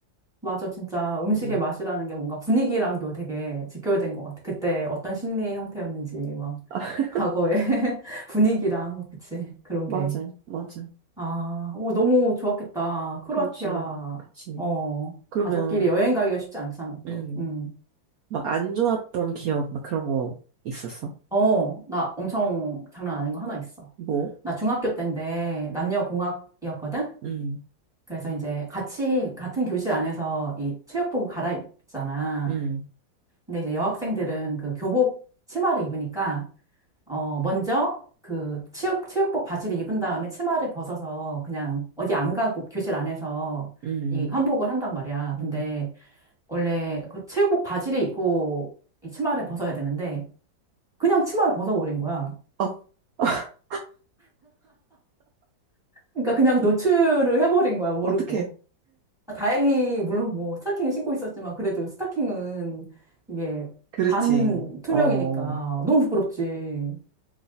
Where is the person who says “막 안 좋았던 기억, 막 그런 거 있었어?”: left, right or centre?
Right